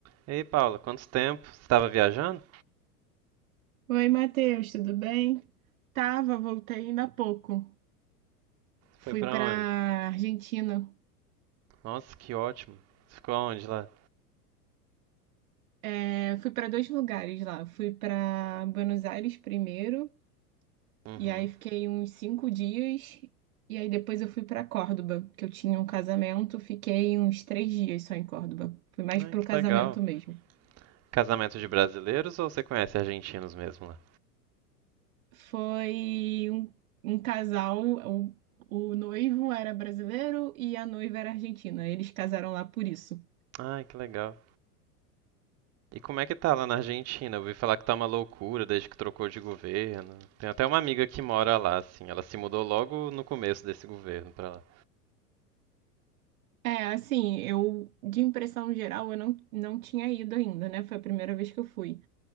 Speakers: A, on the right; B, on the right.
A: Ei, Paula, quanto tempo? Você estava viajando?
B: Oi, Matheus, tudo bem? Tava, voltei ainda há pouco. Fui
A: Foi pra
B: pra
A: onde?
B: Argentina.
A: Nossa, que ótimo. Você ficou onde lá?
B: É, fui pra dois lugares lá. Fui pra Buenos Aires primeiro,
A: Uhum.
B: e aí fiquei uns cinco dias. E aí depois eu fui pra Córdoba, que eu tinha um casamento. Fiquei uns três dias só em Córdoba. Fui mais
A: Ai,
B: pro
A: que
B: casamento
A: legal.
B: mesmo.
A: Casamento de brasileiros ou você conhece argentinos mesmo lá?
B: Foi um, um casal, o, o noivo era brasileiro e a noiva era argentina. Eles casaram lá por isso.
A: Ai, que legal. E como é que tá lá na Argentina? Eu ouvi falar que tá uma loucura desde que trocou de governo. Tem até uma amiga que mora lá, assim. Ela se mudou logo no começo desse governo pra lá.
B: É, assim, eu, de impressão geral, eu não, não tinha ido ainda, né? Foi a primeira vez que eu fui.